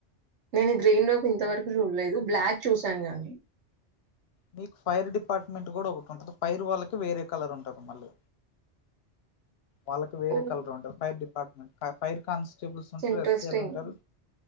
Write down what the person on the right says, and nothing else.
నేను గ్రీన్ లోపు ఇంతవరకు చూడలేదు బ్లాక్ చూసాను గానీ
ఓహ్!
ఇట్స్
ఇంట్రెస్టింగ్.